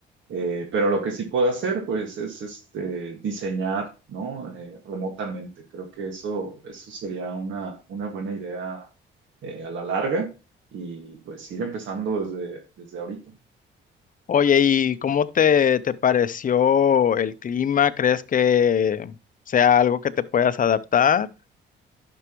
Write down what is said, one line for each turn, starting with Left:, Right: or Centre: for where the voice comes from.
Right: Eh, pero lo que sí puedo hacer, pues, es este, diseñar, ¿no? Eh, remotamente. Creo que eso, eso sería una, una buena idea eh, a la larga y pues ir empezando desde, desde ahorita.
Left: Oye, ¿y cómo te, te pareció el clima? ¿Crees que sea algo que te puedas adaptar?